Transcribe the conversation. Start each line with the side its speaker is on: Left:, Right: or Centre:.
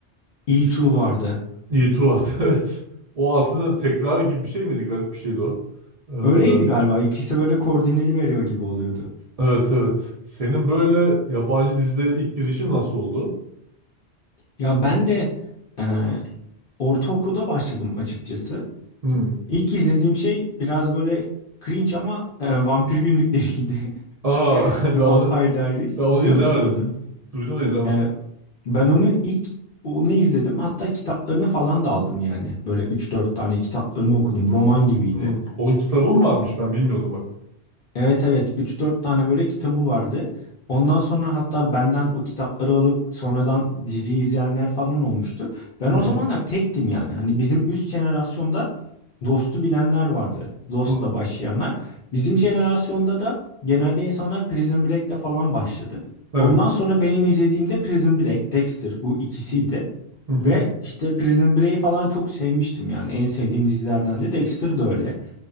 Left: E2
Right: Şu,
Left: vardı.
Right: YouTube vardı <laughs> evet. O aslında tekrar gibi bir şey miydi? Garip bir şeydi o. Ee,
Left: Öyleydi galiba. İkisi böyle koordineli veriyor gibi oluyordu.
Right: evet evet. Senin böyle yabancı dizilere ilk girişin nasıl oldu?
Left: Ya ben de e, ortaokulda başladım açıkçası.
Right: Hmm.
Left: İlk izlediğim şey biraz böyle cringe ama e, vampir günlükleriydi.
Right: Aa
Left: <laughs>
Right: <laughs>
Left: The
Right: ben onu
Left: Vampire Diaries.
Right: ben onu
Left: Biliyor
Right: izlemedim.
Left: musun onu?
Right: Duydum ama izlemedim.
Left: E, ben onu ilk onu izledim. Hatta kitaplarını falan da aldım yani. Böyle üç dört tane kitaplarını okudum. Roman gibiydi.
Right: Hmm. Onun kitabı mı varmış ben bilmiyordum bak.
Left: Evet evet üç dört tane böyle kitabı vardı. Ondan sonra hatta benden o kitapları alıp sonradan dizi izleyenler falan olmuştu. Ben
Right: Hmm.
Left: o zamanlar tektim yani. Hani bizim üst jenerasyonda Dost'u bilenler vardı. Dost'la
Right: Hmm.
Left: başlayanlar. Bizim jenerasyonda da genelde insanlar Prison Break'le falan başladı.
Right: Evet.
Left: Ondan sonra benim izlediğimde Prison Break, Dexter bu ikisiydi.
Right: Hı hı.
Left: Ve işte Prison Break'i falan çok sevmiştim yani. En sevdiğim dizilerden de Dexter de öyle.